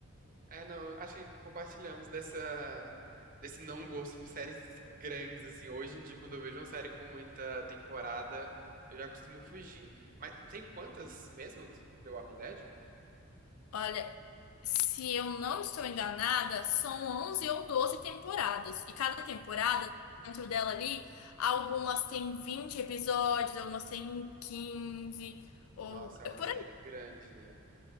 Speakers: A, on the right; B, on the left.
A: É, não, acho que compartilhamos dessa, desse não gosto por séries grandes, assim. Hoje em dia, quando eu vejo uma série com muita temporada, eu já costumo fugir. Mas tem quantas mesmo? The Walking Dead?
B: Olha, se eu não estou enganada, são 11 ou 12 temporadas. E cada temporada, dentro dela ali, algumas têm 20 episódios, algumas têm 15 ou
A: Nossa, é
B: é
A: uma
B: por
A: série grande, né?